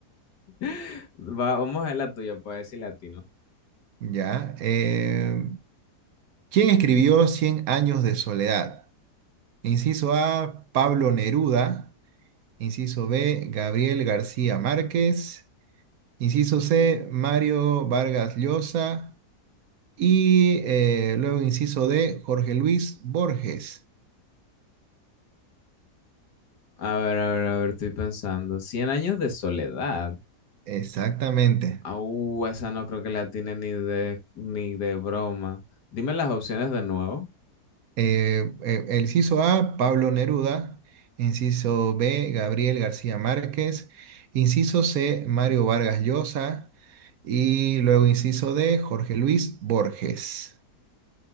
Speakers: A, on the left (about 85°); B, on the right (about 70°).
A: <laughs> Va- vamos a ver la tuya, pues, decir latino.
B: Ya. eh, ¿Quién escribió Cien años de soledad? Inciso A, Pablo Neruda. Inciso B, Gabriel García Márquez. Inciso C, Mario Vargas Llosa. Y eh, luego inciso D, Jorge Luis Borges.
A: A ver, a ver, a ver, estoy pensando. Cien años de soledad.
B: Exactamente.
A: Ah, uh, esa no creo que la tiene ni de, ni de broma. Dime las opciones de nuevo.
B: Eh, eh, el inciso A, Pablo Neruda. Inciso B, Gabriel García Márquez. Inciso C, Mario Vargas Llosa. Y luego inciso D, Jorge Luis Borges.